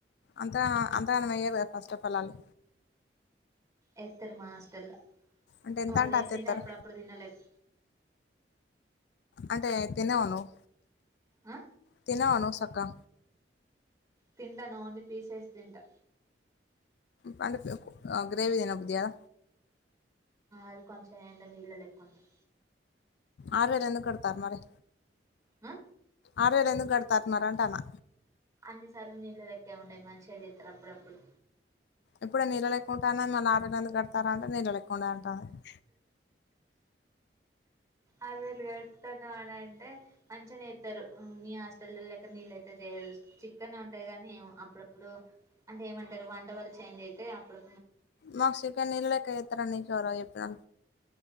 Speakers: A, on the left (about 65°); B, on the right (about 20°).
A: అంతా అంతగానమెయ్యరు కదా ఫస్ట్ ఆఫ్ ఆల్ ఆళ్ళు
B: ఎత్తరు మా ఆస్టల్లో
A: అంటే ఎంత
B: వాళ్ళు
A: అంటే
B: వేసింది
A: అంత ఎత్తారు
B: అప్పుడప్పుడు తినేల్లేదు
A: అంటే తినవ నువు
B: ఆ?
A: తినవ నువు సక్కగా
B: తింటాను ఓన్లీ పీసేస్ తింటా
A: పండ్ ఉక్ గ్రేవీ అయినా బుద్ జేయాల
B: అది కొంచెం ఏంటో నీళ్ళలేక్కుంటది
A: ఆరువేలు ఎందుకు కడతారు మరి
B: ఆ
A: ఆరువేలు ఎందుకు కడతారు మీరు అంటాన్నా
B: అన్ని సార్లు నీళ్ళలెక్కే ఉండదు మంచిగా చేత్తారు అప్పుడప్పుడు
A: ఇప్పుడే నీళ్ళలేక్కుంటా అన్నది మళ్ళా ఆరువేలు ఎందుకు కడతార అంటే నీళ్ళలెక్కా ఉండదు అంటాంది
B: ఆరువేలు కడతాన్నానంటే మంచిగనే ఇత్తారు మీ హాస్టల్లోలెక్క మీ లెక్క చేయ చికెన్ ఉంటాయి గానీ అప్పుడప్పుడు అంటే ఏమంటారు వంట వాళ్ళు చేంజ్ అయితే అప్పుడు
A: మాకు షికెన్ నీళ్ల లెక్క ఎత్తరు అని నీకెవరో చెప్పినం